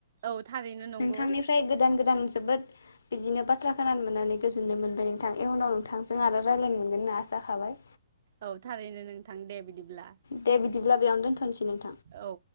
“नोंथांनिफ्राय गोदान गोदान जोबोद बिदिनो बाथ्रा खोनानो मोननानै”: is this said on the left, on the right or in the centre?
Left